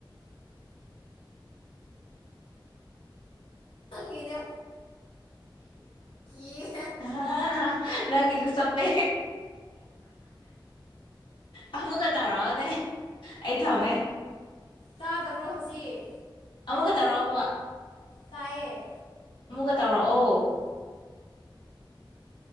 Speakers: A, on the left; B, on the left.
A: ꯅꯪꯒꯤꯅꯦ ꯀꯤꯌꯦ
B: <inaudible> ꯅꯪ ꯒꯤꯁꯨ ꯆꯞꯄꯦ ꯑꯃꯨꯛꯀꯥ ꯇꯧꯔꯛꯑꯣꯅꯦ ꯑꯩ ꯊꯝꯃꯦ
A: ꯇꯥꯗꯕ꯭ꯔꯣ ꯍꯧꯖꯤꯛ
B: ꯑꯃꯛꯒ ꯇꯧꯔꯛꯎꯕ
A: ꯇꯥꯏꯌꯦ
B: ꯑꯃꯨꯛꯀꯥ ꯇꯧ꯭ꯔꯛꯑꯣ